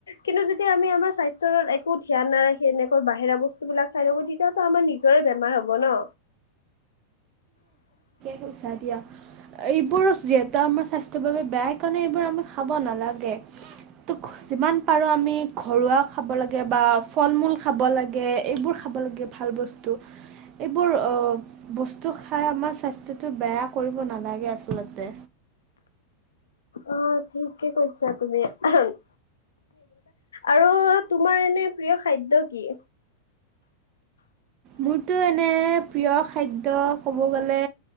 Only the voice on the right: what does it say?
<unintelligible> এইবোৰো যিহেতু আমাৰ স্বাস্থ্যৰ বাবে বেয়া কাৰণে এইবোৰ আমি খাব নালাগে। ত যিমান পাৰো আমি ঘৰুৱা খাব লাগে বা ফল মূল খাব লাগে, এইবোৰ খাব ভাল বস্তু এইবোৰ ব টো খাই আমাৰ স্বাস্থ্যটো বেয়া কৰিব নালাগে, আচলতে।
মোৰতো এনে প্ৰিয় খাদ্য ক'ব গ'লে,